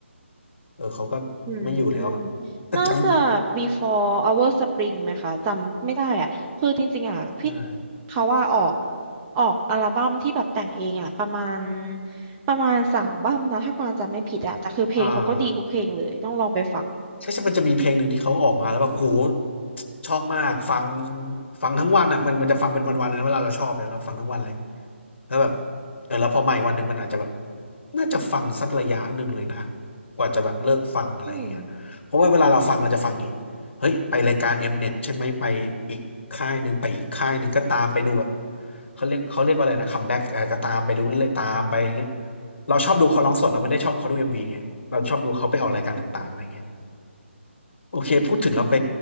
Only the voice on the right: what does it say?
อืมน่าจะ before our spring ไหมคะจำไม่ได้อ่ะ คือจริงๆอ่ะพี่
เขาว่าออกออกอัลบั้มที่แบบแต่งเองอ่ะประมาณประมาณสามบั้มนะถ้ากวางจำไม่ผิดอ่ะแต่คือเพลงเขาก็ดีทุกเพลงเลยต้องลองไปฟัง
อืม
อืม